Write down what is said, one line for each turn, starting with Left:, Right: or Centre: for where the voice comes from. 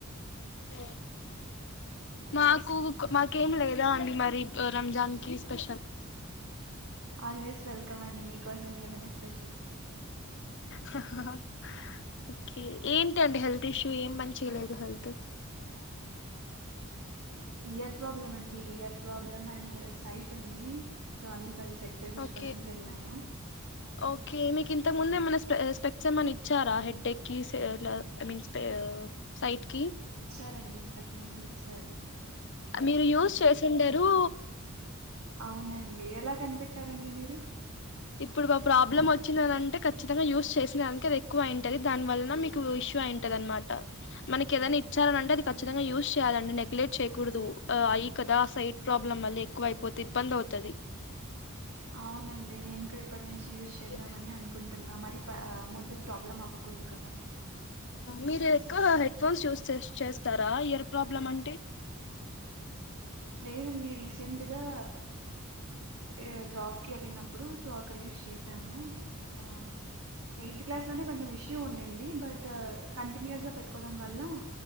Left: ఓ మాకు మాకేం లేదా అండి మరి రంజాన్ కి స్పె
Right: ఆల్వేస్ వెల్కమ్ అండి మీ మీకోసం ఏదీన స్పెషల్
Left: హ హా హా ఓకే ఏంటి అండి హెల్త్ ఇష్యూ ఏం మంచిగా లేదు హెల్త్
Right: ఇయర్ ప్రాబ్లం అండి ఇయర్ ప్రాబ్లం అండ్ సైట్ ఉంది సో అందుకు అది చెక్ చేపిచుకోవడానికి
Left: ఓకే
Right: వెళ్ళాను
Left: ఓకే మీకు ఇంతకు ముందు ఏమన్నా స్పె స్పెడ్సేమ్మన ఇచ్చారా హెడ్డెక్కి సే ఇట్లా ఐ మీన్ స్పె సైట్కి
Right: తారండి ఇంతకు ముందు ఇచ్చి
Left: మీరు యూస్ చేసిండరు
Right: అవునండి ఎలా కనిపెట్టారండి మీరు
Left: ఇప్పుడు మా ప్రాబ్లమ్ వచ్చిందనింటే ఖచ్చితంగా యూజ్ చేసిన దానికి అది ఎక్కువ అయింటది దాని వలన మీకు ఇష్యూ అయింటది అనమాట మనకి ఏదనా ఇచ్చారని అంట అదిఖచ్చితంగా యూస్ చేయాలండి నెగ్లెక్ట్ చేయకూడదు ఐ కదా సైట్ ప్రాబ్లం మళ్ళీ ఎక్కువ అయిపోతే ఇబ్బంది అవుతది
Right: అవునండి నేను కూడ నుంచి యూస్ చేద్దామని
Left: ఎ
Right: అనుకుం టున మరి పా మరి ముందు ప్రాబ్లం అవకూడదు కదా
Left: మీరు ఎక్కువ హెడ్ ఫోన్స్ యూస్ చే చేస్తారా ఎయర్ ప్రాబ్లం అంటే
Right: లేదండి రీసెంట్గా ఏ జాబ్కి వెళ్ళినప్పుడు సో అక్కడ యూస్ చేశాను ఆ ఎయిత్ క్లాస్ లోనే కొంచెం ఇ ఉండింది బట్ కంటిన్యూస్ గా పెట్టుకోవడం వల్ల